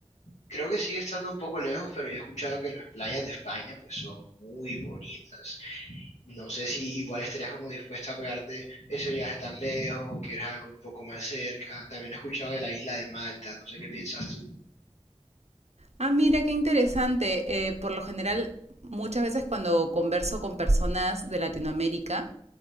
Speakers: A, on the left; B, on the right.
A: creo que sigue estando un poco lejos, pero yo he escuchado que las playas de España pues son muy bonitas. No sé si igual estarías como dispuesta a pegarte ese viaje tan lejos o quieres algo un poco más cerca. También he escuchado de la isla de Malta, no sé qué piensas tú.
B: Ah, mira, qué interesante. Eh, por lo general, muchas veces cuando converso con personas de Latinoamérica,